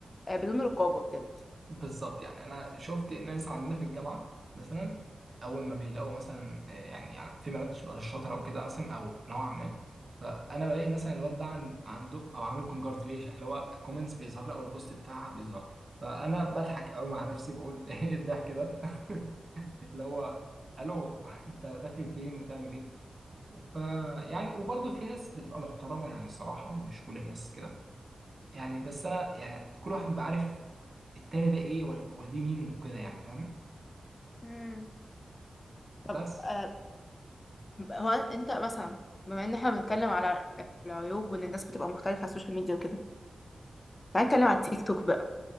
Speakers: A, on the left; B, on the right.
A: آه، بدون رقابه بجد
B: بالظبط يعني انا شفت ناس عندنا في الجامعه مثلا اول ما بيلاقوا مثلا آه، يعني يعني في بنات بقى شاطره او كده مثلا او نوعا ما فانا بلاقي مثلا الواد ده عن- عنده او عامل كونجراتيليشن اللي هو الكومنتس بيظهر لي او البوست بتاعها بيظهر فانا بضحك قوي مع نفسي بقول <laughs> ايه الضحك ده <laughs> اللي هو الو انت داخل فين وتعمل ايه ف يعني وبرضه في ناس بتبقى محترمه يعني الصراحه مش كل الناس كده يعني بس انا يعني كل واحد بيبقى عارف التاني ده ايه ولا ولا دي مين وكده يعني فاهم
A: امم طب
B: بس
A: آه، هو انت مثلا بما ان احنا بنتكلم على العيوب وان الناس بتبقى مختلفه على السوشيال ميديا وكده تعالى نتكلم على التيك توك بقى